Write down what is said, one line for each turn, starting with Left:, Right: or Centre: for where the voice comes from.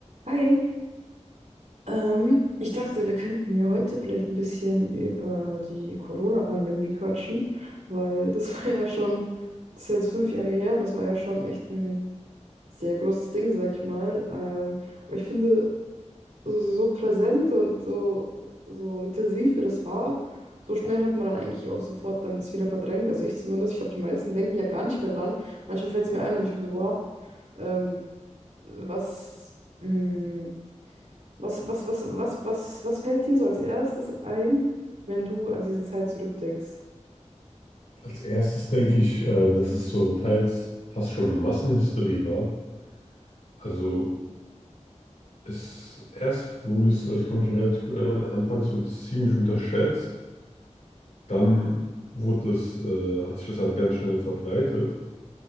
Right: Hi, ähm, ich dachte, wir könnten ja heute vielleicht ein bisschen über die Corona-Pandemie quatschen, weil <laughs> das war ja schon, das ist jetzt fünf Jahre her und das war ja schon echt ein sehr großes Ding, sag ich mal. Ähm, aber ich finde, so so so präsent und so, so intensiv wie das war, so schnell hat man dann eigentlich auch sofort dann es wieder verdrängt. Also ich zumindest, ich glaube, die meisten denken ja gar nicht mehr dran. Manchmal fällt es mir ein und ich bin so, boah, ähm, was. mh, Was, was, was, was, was, was fällt dir so als erstes ein, wenn du an diese Zeit zurückdenkst?
Left: Als erstes denke ich, äh, dass es so teils fast schon eine Massenhysterie war. Also es erst wurde es, also ich kann mich relativ gut erinnern, anfangs wurde es ziemlich unterschätzt. Dann wurde es, äh, hat sich das halt ganz schnell verbreitet.